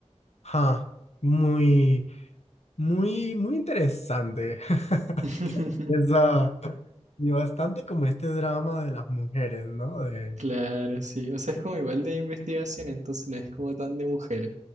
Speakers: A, on the left; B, on the right.
A: Ja, muy, muy, muy interesante. <laughs>
B: <laughs>
A: Esa, y bastante como este drama de las mujeres, ¿no? De,
B: Claro, sí. O sea, es como igual de investigación, entonces no es como tan de mujeres.